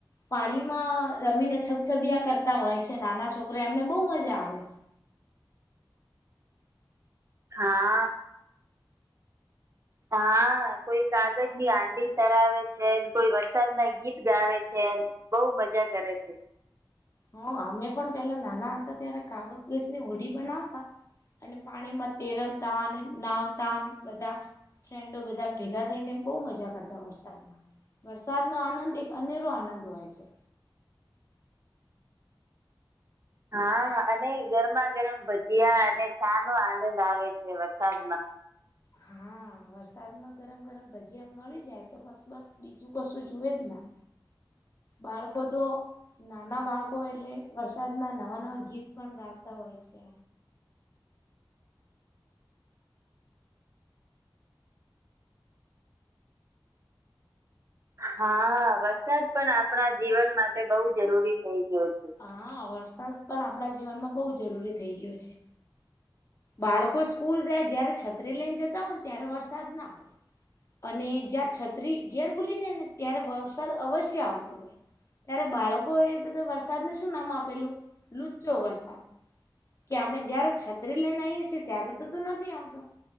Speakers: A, on the left; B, on the right.
A: પાણીમાં રમીને છબછબયા કરતા હોય છે નાના છોકરા એમને બહુ મજા આવે છે.
B: હા. હા કોઈ કાગજની આંડી ધરાવે છેને કોઈ વરસાદ ના ગીત ગાવે છે. બઉુ મજા કરે છે.
A: હ અમે પણ પેલા નાના હતા ત્યારે કાવસ ની હોડી બનાવતા. અને પાણીમાં તેરવતા અને નાવતા બધા. ફ્રેન્ડો બધા ભેગા થઈને બહુ મજા કરતા વરસાદમાં. વરસાદનોો આનંદ એક અનેરો આનંદ હોય છે.
B: હા અને ગરમા ગરમ ભજીયા અને ચા નો આનંદ આવે છે વરસાદમાં.
A: હા. વરસાદમાં ગરમ ગરમ ભજીયા મળી જાય તો બસ બસ બીજું કશું જુવે જ ના. બાળકો તો. નાના બાળકો એટલે વરસાદ ના નવા નવા ગીત પણ ગાતા હોય છે.
B: હા વરસાદ પણ આપણા જીવન માટે બહુ જરૂરી થઇ ગયો છે.
A: હા વરસાદ પણ આપણા જીવનમાં બહુ જરૂરી થઈ ગયો છે. બાળકો સ્કૂલ જાય જય્યારે છત્રી લઈને જતા હોય ને ત્યારે વરસાદ ના આવે. અને જયાર છત્રી ઘેર ભૂલી જાય ને ત્યારે વરસાદ અવશ્ય આવતો હોય. ત્યારે બાળકો એ બધ વરસાદને શું નામ આપેલું લુચો વરસાદ. કે અમે જય્યારે છત્રીસ. લઈનેઈી ત્યારે તો તું નથી આવતો